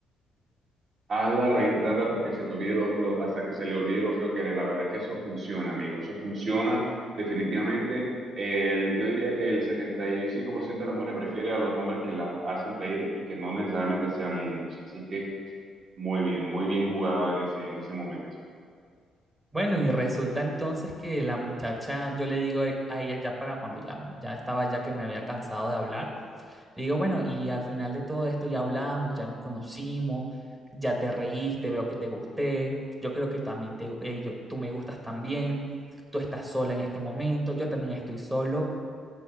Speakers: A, on the right; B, on the right.
A: Hazla reír tanto hasta que se te olvide lo, lo- hasta que se le olvide lo feo que eres. La verdad es que eso funciona, amigo. Eso funciona definitivamente. El, yo diría que el 75% de las mujeres prefiere a los hombres que las hacen reír y que no necesariamente sean lindos. Así que muy bien, muy bien jugado en ese, en ese momento. <gasps>
B: Bueno, y resulta entonces que la muchacha, yo le digo a a ella ya para cuando ya, ya estaba ya que me había cansado de hablar, Le digo, bueno, y al final de todo esto ya hablamos, ya nos conocimos, ya te reíste, veo que te gusté, yo creo que también te, eh, yo- tú me gustas también, tú estás sola en este momento, yo también estoy solo,